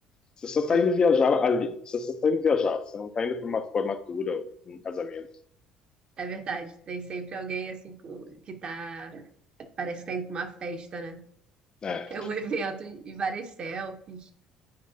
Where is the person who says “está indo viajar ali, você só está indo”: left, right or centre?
Left